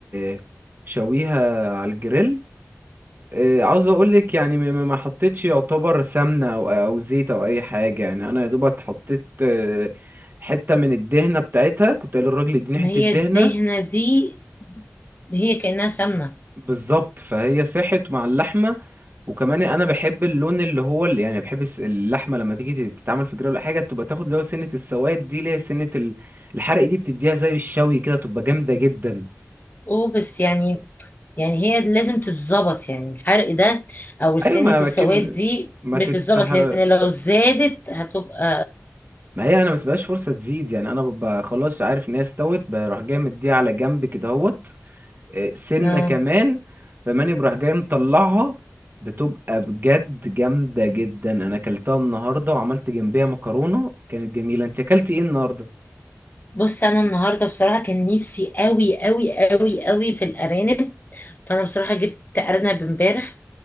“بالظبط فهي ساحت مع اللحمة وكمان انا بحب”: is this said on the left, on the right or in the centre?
Right